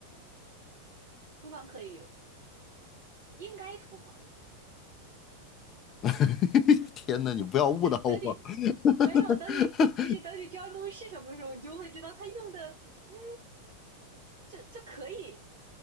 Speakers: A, on the right; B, on the left.
A: 厨房可以用，应该厨房用。
B: <laughs> 天哪，你不要误导我，
A: 等你没有，
B: <laughs>
A: 等你不是等你知道东西是什么时候，你就会知道它用的，嗯，就就可以，